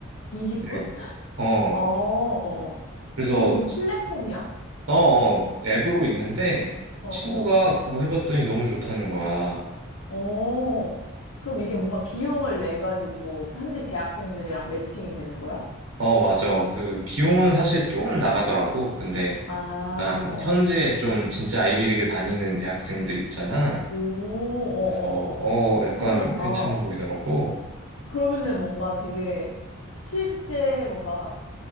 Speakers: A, on the left; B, on the right.
A: 20분?
B: 네. 어,
A: 어, 어, 어.
B: 그래서
A: 이게 무슨 플랫폼이야?
B: 어, 어, 앱으로 있는데
A: 어, 어.
B: 친구가 그거 해봤더니 너무 좋다는 거야.
A: 어. 그럼 이게 뭔가 비용을 내 가지고 현지 대학생들이랑 매칭이 되는 거야?
B: 어, 맞아. 그 비용은 사실 조금 나가더라고. 근데
A: 아,
B: 약간
A: 어.
B: 현지에
A: 어.
B: 좀 진짜 아이비리그 다니는 대학생들 있잖아.
A: 오, 어,
B: 그래서
A: 어,
B: 어,
A: 어.
B: 약간
A: 괜찮다.
B: 괜찮아
A: 어,
B: 보이더라고.
A: 그러면은 뭔가 되게 실제 뭔가,